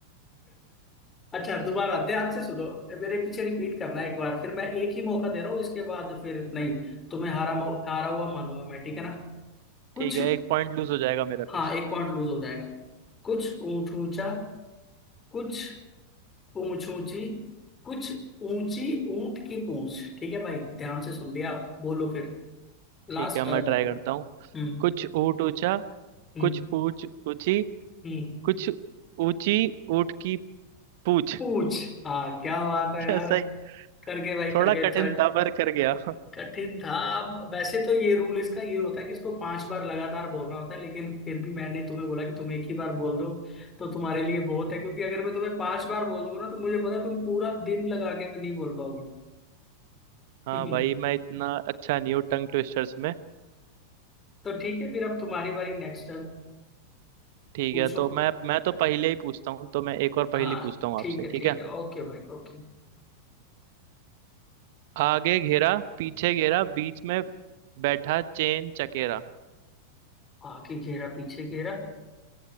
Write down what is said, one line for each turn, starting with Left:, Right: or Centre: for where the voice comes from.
Left: अच्छा दोबारा ध्यान से सुनो मेरे पीछे रिपीट करना एक बार फिर मैं एक ही मौका दे रहा हूँ इसके बाद फिर नहीं तुम्हें हारा मौ- हारा हुआ मानूंगा मैं ठीक है ना कुछ
Right: ठीक है एक पॉइंट लूज हो जाएगा मेरा
Left: हाँ
Right: फिर
Left: एक पॉइंट लूज हो जाएगा कुछ ऊंट ऊंचा कुछ पूंछ ऊंची कुछ ऊंची ऊंट की पूंछ ठीक है भाई ध्यान से सुन लिया आप बोलो फिर
Right: ठीक
Left: लास्ट
Right: है
Left: टर्न
Right: मैं ट्राई करता हूँ
Left: हम्म
Right: कुछ ऊँट ऊंचा
Left: हम्म
Right: कुछ पूछ ऊंची
Left: हम्म
Right: कुछ ऊंची ऊँट की पूछ
Left: पूंछ हाँ क्या बात है
Right: क्या
Left: यार
Right: सही <laughs>
Left: कर गए भाई
Right: थोड़ा
Left: कर गए
Right: कठिन
Left: थर्ड
Right: था पर कर गया
Left: कठिन था अब वैसे तो ये रूल इसका ये होता है कि इसको पांच बार लगातार बोलना होता है लेकिन फिर भी मैंने तुम्हें बोला कि तुम एक ही बार बोल दो तो तुम्हारे लिए बहुत है क्योंकि अगर मैं तुम्हें पांच बार बोल दूंगा ना तो मुझे पता है तुम पूरा दिन लगा के भी नहीं बोल पाओगे
Right: हाँ
Left: <laughs>
Right: भाई मैं इतना अच्छा नहीं हूँ टंग ट्विस्टर्स में
Left: तो ठीक है फिर अब तुम्हारी बारी नेक्स्ट टर्न
Right: ठीक
Left: पूछो
Right: है तो मैं मैं तो पहले ही पूछता हूँ तो मैं एक और पहेली
Left: हाँ
Right: पूछता हूँ
Left: ठीक
Right: आपसे
Left: है
Right: ठीक
Left: ठीक
Right: है
Left: है ओके भाई ओके
Right: आगे घेरा पीछे घेरा बीच में बैठा चेन चकेरा
Left: आगे घेरा पीछे घेरा